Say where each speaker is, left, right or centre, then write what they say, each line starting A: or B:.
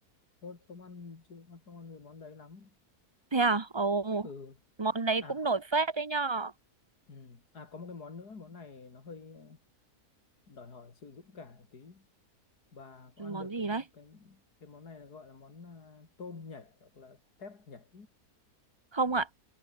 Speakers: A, on the left; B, on the right.
A: Tôi không ăn chưa ăn không ăn cái món đấy lắm.
B: thế à ồ
A: Ừ,
B: món đấy
A: à
B: cũng
A: có,
B: nổi phết đấy nhở
A: ừ. à có một cái món nữa, món này nó hơi ờ, đòi hỏi sự dũng cảm một tí. Bà có
B: món
A: ăn được
B: gì
A: cái
B: đấy
A: cái cái món này là gọi là món à, tôm nhảy hoặc là tép nhảy,
B: không ạ